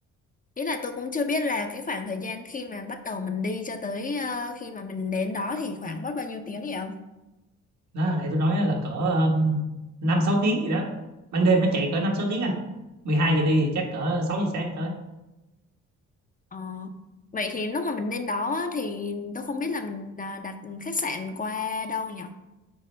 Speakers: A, on the left; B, on the right.
A: Ý là tôi cũng chưa biết là cái khoảng thời gian khi mà bắt đầu mình đi cho tới ờ, khi mà mình đến đó thì khoảng mất bao nhiêu tiếng vậy không?
B: đó hồi nãy tôi nói là cỡ um, 5 6 tiếng gì đó ban đêm nó chạy cỡ 5 6 tiếng à 12 giờ đi thì chắc cỡ 6 giờ sáng tới
A: Ờ. Vậy thì lúc mà mình đến đó á, thì tôi không biết là mình à, đặt khách sạn qua đâu nhỉ?